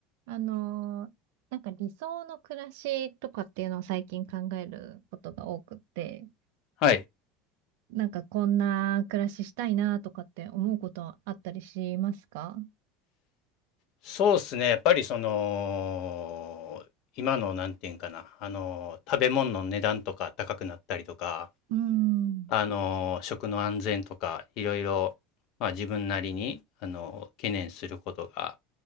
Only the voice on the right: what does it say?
あのーなんか理想の暮らしとかっていうのを最近考えることが多くって、
なんかこんな暮らししたいなとかって思うことあったりしますか
うーん、